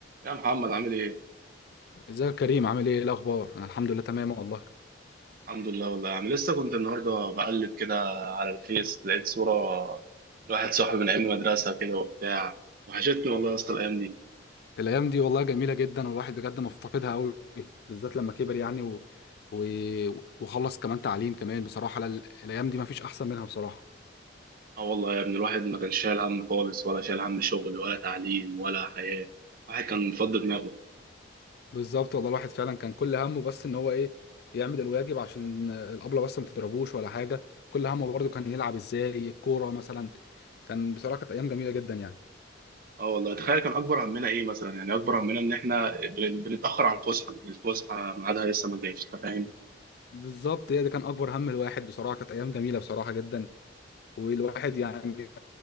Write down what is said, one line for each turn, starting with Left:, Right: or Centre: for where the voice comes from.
Right: يا محمد عامل ايه؟
Left: ازيك يا كريم عامل ايه ايه الاخبار انا الحمد لله تمام والله
Right: الحمد لله والله يا عم لسه كنت النهارده بقلب كده على الفيس لقيت صورة لواحد صاحبي من ايام المدرسة كده وبتاع وحشتني والله يا اسطى الايام دي
Left: الايام دي والله جميله جدا والواحد بجد مفتقدها قوي بالذات لما كبر يعني و... و... وخلص كمان تعليم كمان بصراحه لا- الايام دي ما فيش احسن منها بصراحه
Right: اه والله يا ابني الواحد ما كانش شايل هم خالص ولا شايل هم شغل ولا تعليم ولا حياة الواحد كان فض دماغه
Left: بالظبط والله الواحد فعلا كان كل همه بس ان هو ايه يعمل الواجب عشان الابله بس ما تضربوش ولا حاجه كل همه برضه كان يلعب ازاي الكوره مثلا كان بصراحه كانت ايام جميله جدا يعني
Right: اه والله تخيل كان اكبر همنا ايه مثلا يعني اكبر همنا ان احنا بن- بنتأخر على الفسحة الفسحة ميعادها لسه ما جايش انت فاهم؟
Left: بالظبط هي ده كان اكبر هم الواحد بصراحه كانت ايام جميله بصراحه جدا والواحد يعني